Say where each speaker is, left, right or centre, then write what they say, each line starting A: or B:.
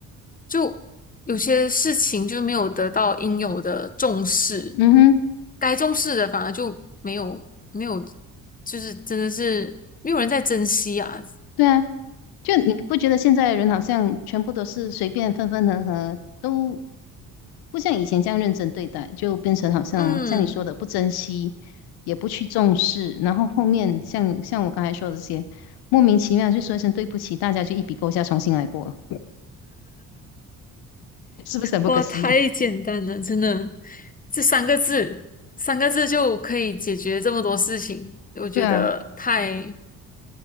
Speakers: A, on the left (about 20°); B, on the left (about 75°).
A: 就有些事情就没有得到应有的重视，
B: 嗯哼，
A: 该重视的反而就没有没有，就是真的是没有人在珍惜啊。
B: 对啊，就你不觉得现在的人好像全部都是随便分分合合，都不像以前这样认真对待，就变成好像像你说的不珍惜，
A: 嗯，
B: 也不去重视，然后后面像像我刚才说的这些，莫名其妙就说一声对不起，大家就一笔勾销，重新来过。是不是很不可思议？
A: 哇，太简单了，真的，这三个字，三个字就可以解决这么多事情，我觉得太
B: 对啊，